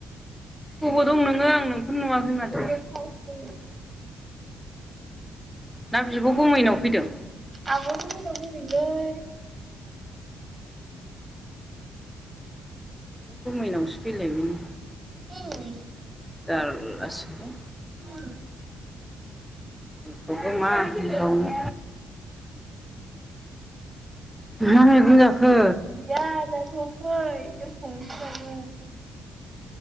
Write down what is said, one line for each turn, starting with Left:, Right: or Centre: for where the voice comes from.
Centre: बबाव दं नोङो आं नोंखौनो नुवाखै माथो।
Right: मेगन थाबासो
Centre: ना बिब' गुमैनाव फैदों।
Right: आब' गुमैनाव फैदोंलै।
Centre: <inaudible> गुमैयनावसो फैलायबायनो।
Right: उम
Centre: जारलासो
Right: उम।
Centre: खौबो मा होनबावनो मा मैगं जाखो?
Right: गैया जाथ'वाखै दसे थानैसो जागोन।